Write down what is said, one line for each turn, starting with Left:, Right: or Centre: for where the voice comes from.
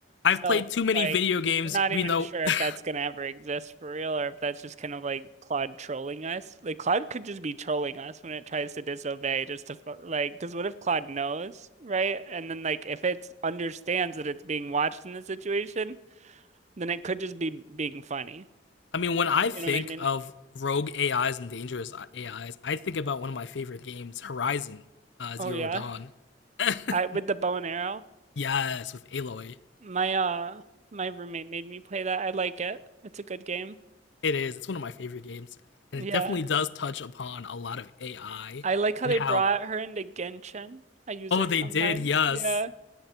Left: I've
Right: So,
Left: played too many
Right: like,
Left: video games.
Right: we're not
Left: We
Right: even
Left: know.
Right: sure
Left: <laughs>
Right: if that's gonna ever exist for real or if that's just kind of like Claude trolling us. Like Claude could just be trolling us when it tries to disobey just to fu- like because what if Claude knows, right? And then like if it understands that it's being watched in this situation, then it could just be being funny.
Left: I mean, when I
Right: You
Left: think
Right: know what I mean?
Left: of rogue AIs and dangerous AIs, I think about one of my favorite games, Horizon uh, Zero
Right: Oh yeah.
Left: Dawn. <laughs>
Right: I with the bow and arrow,
Left: yes, with Aloy,
Right: my uh my roommate made me play that. I like it. It's a good game.
Left: it is. It's one of my favorite games, and
Right: Yeah.
Left: it definitely does touch upon a lot of AI
Right: I like how
Left: and
Right: they
Left: how.
Right: brought her into Genshin. I use
Left: Oh,
Right: her
Left: they
Right: sometimes.
Left: did. Yes,
Right: Yeah.